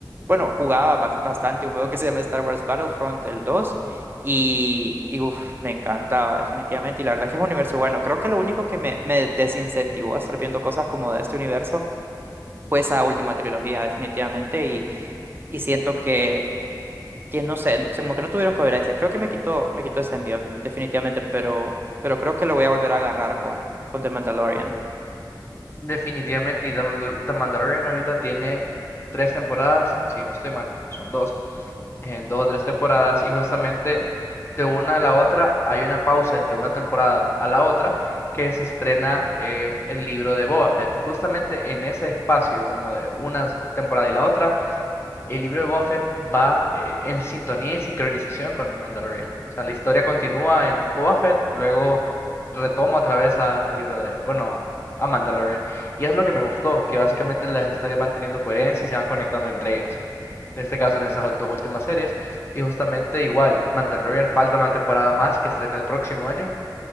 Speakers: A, on the right; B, on the left.
A: bueno, jugaba bas- bastante un juego que se llama Star Wars Battlefront, el dos y, y uf, me encanta definitivamente. Y la verdad es que es un universo bueno. Creo que lo único que me, me desincentivó a estar viendo cosas como de este universo fue esa última trilogía, definitivamente. Y, y siento que que no sé, como que no tuvieron coherencia. Creo que me quitó, me quitó ese envión, definitivamente, pero, pero creo que lo voy a volver a agarrar con, con The Mandalorian.
B: Definitivamente, y The Mandal- The Mandalorian ahorita tiene tres temporadas, si no estoy mal, son dos. en dos o tres temporadas y justamente de una a la otra hay una pausa entre una temporada a la otra que se estrena eh, el libro de Boba Fett. Justamente en ese espacio como de una s- temporada y la otra, el libro de Boba Fett va eh, en sintonía y en sincronización con Mandalorian. O sea, la historia continúa
A: Ujú.
B: en Boba Fett, luego retoma otra vez al libro de, bueno, a, a Mandalorian. Y es lo que me gustó, que básicamente las historias van teniendo coherencia y se van conectando entre ellas. En este caso, en esas dos últimas series. Y justamente igual, Mandalorian falta una temporada más que estrena el próximo año.